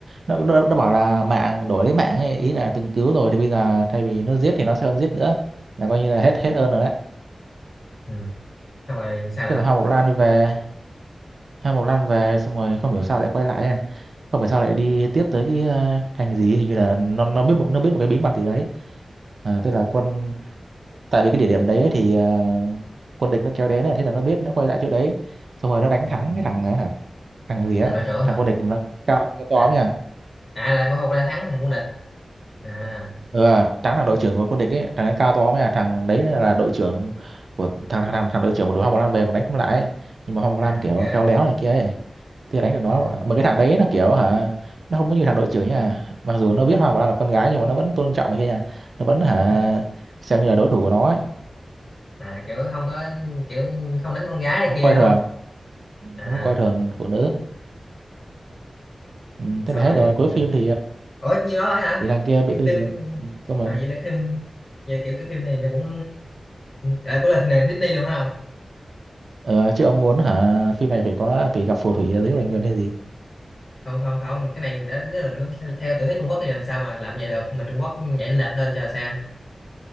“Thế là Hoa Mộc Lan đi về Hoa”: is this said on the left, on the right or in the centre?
Right